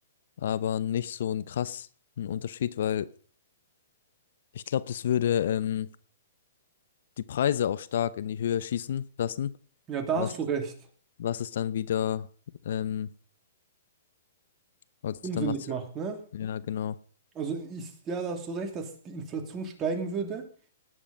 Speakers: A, on the left (about 65°); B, on the right (about 25°).
A: aber nicht so einen krassen Unterschied, weil ich glaube, das würde ähm, die Preise auch stark in die Höhe schießen lassen,
B: Ja, da
A: was,
B: hast du recht.
A: was es dann wieder, ähm, also
B: Unsinnig
A: dann macht's
B: macht,
A: ja,
B: ne?
A: ja, genau.
B: Also ich, ja, da hast du recht, dass die Inflation steigen würde.